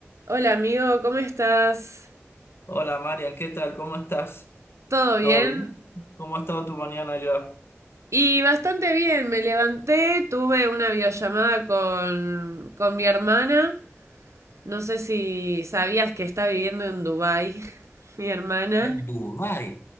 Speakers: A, on the right; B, on the left.
A: Hola amigo, ¿cómo estás?
B: Hola Marian, ¿qué tal? ¿Cómo estás?
A: ¿Todo bien?
B: ¿Todo bien? ¿Cómo ha estado tu mañana allá?
A: Y bastante bien, me levanté, tuve una videollamada con, con mi hermana. No sé si sabías que está viviendo en Dubái, <laughs> mi hermana.
B: En Dubái.